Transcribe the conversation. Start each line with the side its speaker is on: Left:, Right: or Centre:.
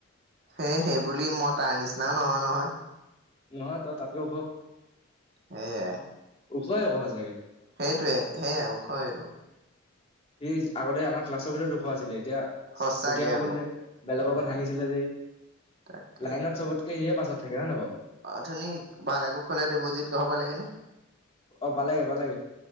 Right: সেয় সেইবুলি মত তাৰ নিচিনাও নহয়-নহয়।
Left: নহয় ত তাতকেও উখ।
Right: সেয়ে।
Left: ওচৰৰ ঘৰৰ চাগে।
Right: সেইটোৱে সেয়াই ওখ এইটো
Left: সি আগতে আমাৰ ক্লাছৰ ভিতৰত ওখ আছিলে। এতিয়া
Right: সঁচাকে
Left: কঠীয়া হৈ
Right: আকৌ
Left: গ'ল যে বেলেগৰ
Right: উম
Left: উপৰত হাঁহিছিলে যে সি
Right: তাকে
Left: লাইনত চবতকে সিয়ে পাছত থাকে হয় নে ন বাৰু?
Right: অ ধুনিক ভাল আকো খৱালে দেৱজীত গঢ়ব হ'ব লাগে নে?
Left: অ পালেগে পালেগে